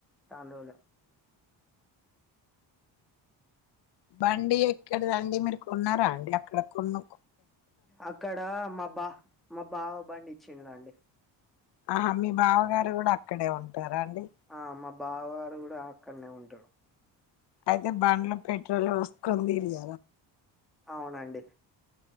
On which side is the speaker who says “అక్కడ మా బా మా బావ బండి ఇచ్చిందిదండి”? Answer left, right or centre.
Centre